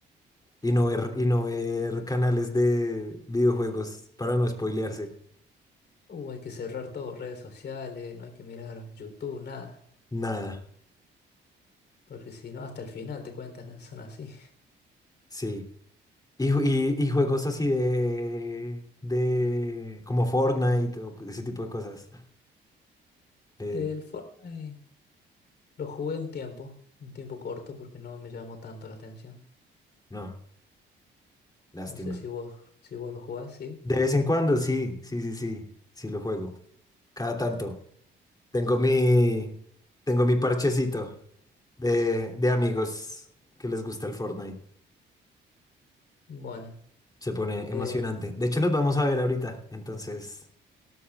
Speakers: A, on the left; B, on the left.
A: y no ver, y no ver canales de videojuegos para no spoilearse.
B: Uh, hay que cerrar todo, redes sociales, no hay que mirar YouTube, nada.
A: Nada,
B: Porque si no, hasta el final te cuentan, ¿no? son así.
A: sí. Y, ju- y, y juegos así de, de como Fortnite o ese tipo de cosas. Eh,
B: El Fortnite lo jugué un tiempo, un tiempo corto, porque no me llamó tanto la atención.
A: no, lástima.
B: No sé si vos, si vos lo jugás, sí.
A: De vez en cuando, sí, sí, sí, sí, sí lo juego. Cada tanto. Tengo mi, tengo mi parchecito de, de amigos que les gusta el Fortnite.
B: Bueno,
A: Se pone emocionante.
B: eh,
A: De hecho, nos vamos a ver ahorita. Entonces,